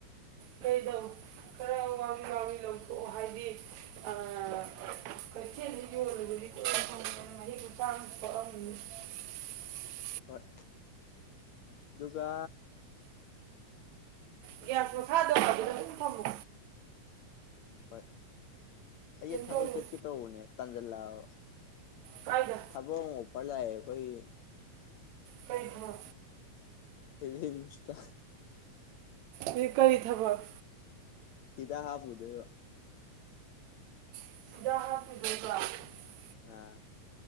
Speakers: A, on the right; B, on the left.
A: ꯀꯩꯗꯧ <unintelligible>
B: ꯍꯣꯏ꯫ ꯑꯗꯨꯒ
A: ꯒꯤꯌꯥꯁ ꯃꯈꯥꯗꯣ ꯑꯗꯨꯗ ꯑꯗꯨꯝ ꯊꯝꯃꯨ
B: ꯍꯣꯏ꯫ ꯑꯩ ꯊꯕꯛ
A: ꯇꯧꯔꯣ
B: ꯆꯠꯀꯦ ꯇꯧꯕꯅꯦ ꯇꯥꯟꯖꯜꯂꯕ
A: ꯀꯥꯏꯗ
B: ꯊꯕꯛ <unintelligible> ꯈꯣꯏꯏ
A: ꯀꯩ ꯍꯥꯕꯥ
B: ꯔꯤꯝꯁ ꯇ
A: ꯑꯩ ꯀꯔꯤ ꯊꯕꯛ?
B: ꯇꯤꯗ ꯍꯥꯞꯄꯨꯗꯣꯏꯕ
A: <unintelligible>
B: ꯑꯥ